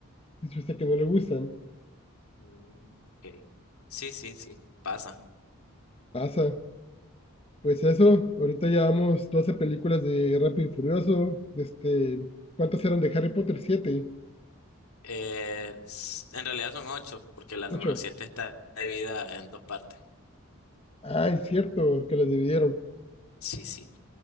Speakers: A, on the left; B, on the left.
A: si usted que no le gustan,
B: mm, ok. Sí, sí, sí, pasa.
A: pasa. Pues eso, ahorita llevamos 12 películas de Rápido y Furioso, de este, ¿cuántas eran de Harry Potter? ¿Siete?
B: Eh, s- en realidad son ocho, porque la
A: ¿Ocho?
B: número siete está dividida en dos partes.
A: Ah, es cierto, que las dividieron.
B: Sí, sí.